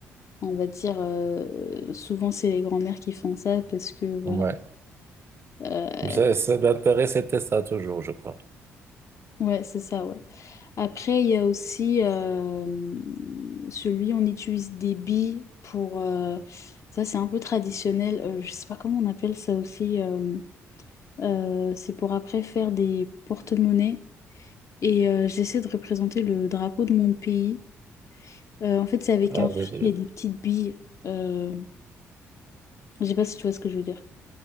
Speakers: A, on the left; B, on the right.
A: on va dire, euh, souvent c'est les grands-mères qui font ça, parce que voilà.
B: ouais.
A: Euh,
B: Mais ça- ça, L'intérêt, c'était ça toujours, je crois.
A: ouais, c'est ça, ouais. Après, il y a aussi euh, celui, on utilise des billes pour... euh, ça, c'est un peu traditionnel. euh, je sais pas comment on appelle ça aussi. euh, euh, c'est pour après faire des porte-monnaies. Et euh, j'essaie de représenter le drapeau de mon pays. Euh, en fait, c'est avec
B: Avec-
A: un fil et des petites billes. Euh, je sais pas si tu vois ce que je veux dire.